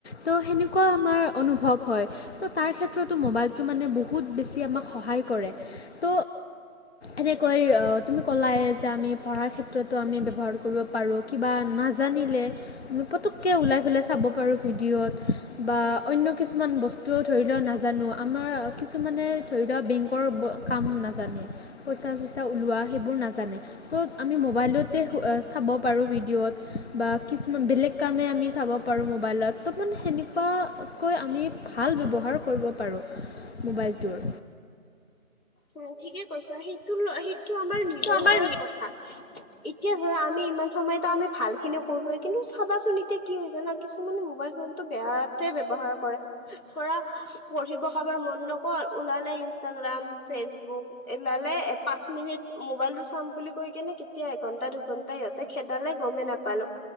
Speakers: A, on the left; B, on the left.
A: ত হেনেকুৱা আমাৰ অনুভৱ হয়। ত তাৰ ক্ষেত্ৰতো মোবাইলটো বহুত বেছি আমাক সহায় কৰে। ত এনেকৈ তুমি ক'লাই যে আমি পঢ়াৰ ক্ষেত্ৰতো আমি ব্যৱহাৰ কৰিব পাৰো। কিবা ন নাজানিলে পতককে ওলাই পেলে চাব পাৰো ভিডিঅত বা অন্য কিছুমান বস্তুও ধৰি লও নাজানো। আমাৰ কিছুমানে ধৰি লোৱা বেংকৰ কাম নাজানে পইচা চইচা ওলোৱা সেইবোৰ। নাজানে ত আমি মোবাইলত এ চাব পাৰো ভিডিঅত বা কিছুমান বেলেগ কাম মান আমি চাব পাৰোঁ মোবাইলত ত' মানে সেনেকুৱাকৈ আমি ভাল ব্যৱহাৰ কৰিব পাৰোঁ। মোবাইলটোৰ।
B: উ ঠিকে কৈছা সিটো ল সি। টো আমাৰ নিজৰ
A: এইটো আমাৰ
B: ওপৰত কথা এতিয়া ধৰা আমি ইমান সময়তো আমি ভাল খিনি কৰোৱ। কিন্তু চাবাচোন এতিয়া কি হয় জানা কিছুমানে মোবাইল ফোন টো বেয়াতে ব্যৱহাৰ কৰে ধৰা পঢ়িব কাৰোবাৰ মন নকৰ ওলালে ইনষ্টাগ্ৰাম ফেচবুক লালে এ পাঁচ মিনিট মোবাইল টো চাম বুলি কৈ কেনে কেতিয়া এঘন্টা দুঘন্টাই সিহঁতে খেদালে গমেই নাপালো।